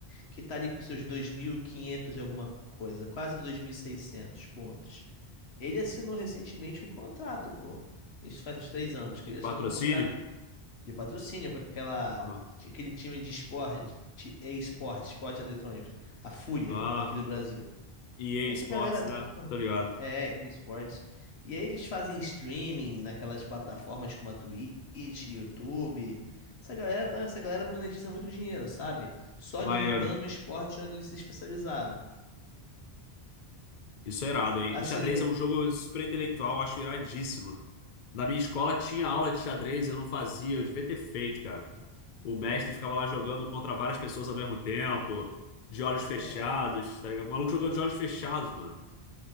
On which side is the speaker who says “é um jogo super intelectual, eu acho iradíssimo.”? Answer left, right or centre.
Left